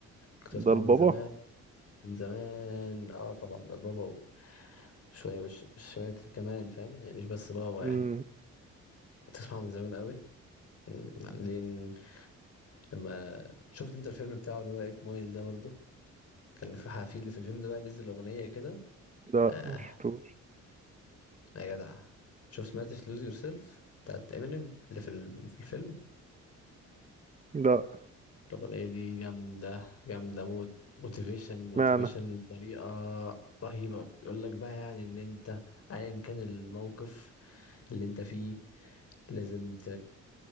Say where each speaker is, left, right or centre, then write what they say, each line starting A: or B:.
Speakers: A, on the left; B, on the right.
A: كنت
B: ده
A: بسمعه
B: البابا
A: من زمان من زمان اه طبعا ده البابا شوية وش شوية كت- كمان فاهم يعني مش بس بابا
B: امم
A: يعني تسمعه من زمان قوي م، بعدين لما شفت انت الفيلم بتاعه اللي هو ايت مايل ده برضه كان في حفيل في الفيلم ده بقى نزل أغنية كده
B: لا
A: آه
B: ما شفتوش
A: يا جدع شوف سمعتش لوز يور سيلف بتاعت امينيم اللي في ال- في الفيلم
B: لا
A: الأغنية دي جامدة جامدة موت موتيفيشن موتيفيشن
B: معنى
A: بطريقة رهيبة بيقول لك بقى يعني ان انت ايا كان الموقف اللي انت فيه لازم